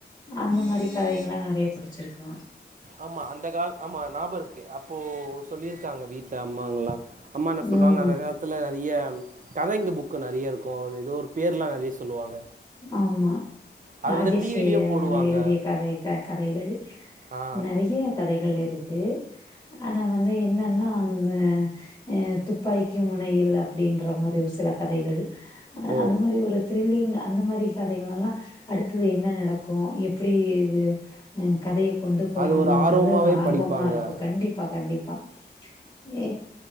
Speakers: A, on the left; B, on the right.
A: அந்த மாறி கதைங்களா நறைய படிச்சிருக்கோ
B: ஆமா அந்த கால ஆமா நாபோருக்கு அப்போ சொல்லிருக்காங்க வீட்ல அம்மாங்களா அம்மா என்ன சொல்லுவாங்க
A: ம்
B: அந்த காலத்துல நறைய கதைங்க புக் க்கு நறையருக்கு அது ஏதோ ஒரு பேர்லா நறையா சொல்லுவாங்க
A: ஆமா
B: அது
A: ராஜேஷேயா
B: வந்து டிவிலயு போடுவாங்க
A: ஆ எழுதிய கதை க கதைகள்
B: ஆ
A: நறைய கதைகள் இருக்கு ஆனா வந்து என்னன்னா அந்த எ துப்பாக்கி முனையில் அப்டின்ற மாரி ஒரு சில கதைகள்
B: ஓ
A: அந்த மாரி ஒரு த்ரில்லிங்கா அந்த மாரி கதைங்களெல்லா அடுத்தது என்ன நடக்கு எப்பிடி இவ் எ கதைய கொண்டு போறாங்கன்றது
B: அது ஒரு போவாங்க ஆர்வமாவே
A: ஒரு
B: அப்படின்ற
A: ஆர்வமாருக்கு
B: படிப்பாங்க மாதிரி
A: கண்டிப் பா கண்டிப்பா ஏ